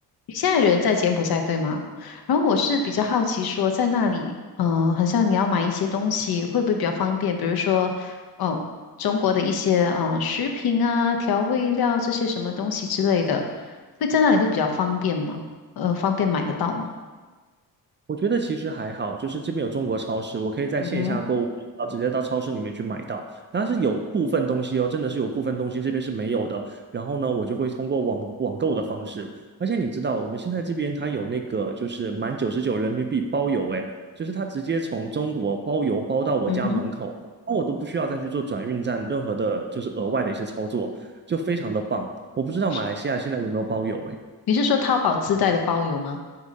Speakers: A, on the left; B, on the right.
A: 你现在人在柬埔寨对吗？然后我是比较好奇说，在那里，嗯、呃好像你要买一些东西，会不会比较方便？比如说，哦，中国的一些嗯、呃食品啊、调味料这些什么东西之类的，会在那里会比较方便吗？呃，方便买得到吗？
B: 我觉得其实还好，就是这边有中国超市，我可以在线下购物，
A: 嗯哼，
B: 然后直接到超市里面去买到。但是有部分东西哦，真的是有部分东西这边是没有的。然后呢，我就会通过网网购的方式。而且你知道，我们现在这边它有那个就是满九十九人民币包邮，诶，就是它直接从中国包邮包到我家门口，
A: 嗯哼，
B: 那我都不需要再去做转运站任何的，就是额外的一些操作，就非常的棒。我不知道马来西亚现在有没有包邮，
A: 是
B: 诶。
A: 你是说淘宝自带的包邮吗？